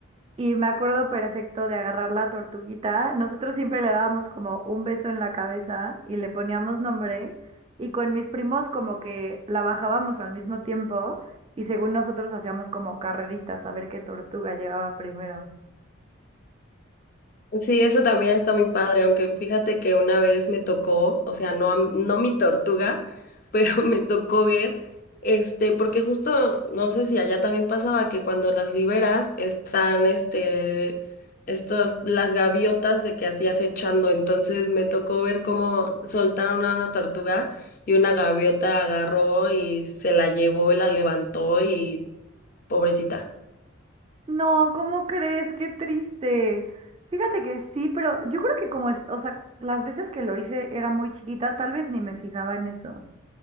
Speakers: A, on the right (about 30°); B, on the left (about 45°).
A: Y me acuerdo perfecto de agarrar la tortuguita. Nosotros siempre le dábamos como un beso en la cabeza y le poníamos nombre. Y con mis primos como que la bajábamos al mismo tiempo y según nosotros hacíamos como carreritas a ver qué tortuga llegaba primero.
B: Sí, eso también está muy padre, aunque fíjate que una vez me tocó, o sea, no, a m- no mi tortuga, pero <laughs> me tocó ver, este, porque justo, no sé si allá también pasaba que cuando las liberas están, este, estos las gaviotas de que hacías echando, entonces me tocó ver cómo soltaron a una tortuga y una gaviota agarró y se la llevó y la levantó y pobrecita.
A: No, ¿cómo crees? Qué triste. Fíjate que sí, pero yo creo que como es, o sea, las veces que lo hice era muy chiquita, tal vez ni me fijaba en eso.